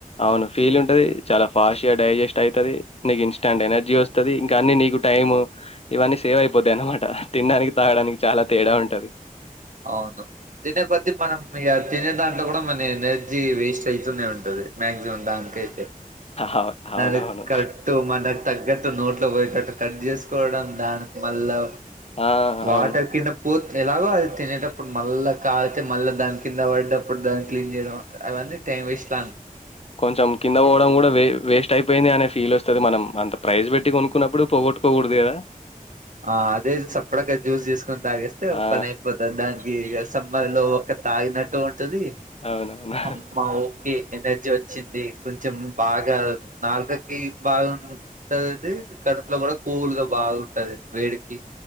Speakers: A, on the left; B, on the right.
A: అవును ఫీల్ ఉంటది చాలా ఫాస్ట్గా డైజెస్ట్ అవుతుది నీకు ఇన్స్టాంట్ ఎనర్జీ వస్తుంది ఇంకా అన్ని నీకు టైమ్ ఇవన్నీ సేవ్ అయిపోతా అనమాట తినడానికి తాగడానికి చాలా తేడా ఉంటది
B: అవును తినే కొద్ద్దీ మనం ఇక తినే దాంట్లో కూడా మన ఎనర్జీ వేస్ట్ అయితూనే ఉంటది మ్యాక్సిమం దానికైతే
A: అవు అవునవును.
B: ద కట్టు మనకు తగ్గట్టు నోట్లో పోయటట్టు అ కట్ చేసుకోవడం దానికి మళ్ళా
A: ఆ!
B: వాట
A: అవును.
B: కింద పో ఎలాగో అ తినేటప్పుడు మళ్ళా కాలితే మళ్ళా దాని కింద పడేటప్పుడు దాన్ని క్లీన్ చేయడం అవన్నీ టైం వేస్ట్
A: కొంచెం కింద పోవడం కూడా వ వేస్ట్ అయిపోయింది అనే ఫీల్ వస్తుంది మనం అంత ప్రైజ్ పెట్టి కొనుకున్నప్పుడు పోగొట్టుకోకూడదు కదా
B: ఆ అదే చప్పడాక జ్యూస్ తీసుకొని తాగేస్తే
A: ఆ!
B: పని అయిపోతంది దానికి సమ్మర్ లో ఒక్క తాగినట్టు డి ది
A: అవునవును.
B: అమ్మా ఓకే ఎనర్జీ వచ్చింది కొంచెం బాగా నాలుగకి బాగుంటందిది కడుపులో కూడా కోల్గా బాగుంటది వెడికి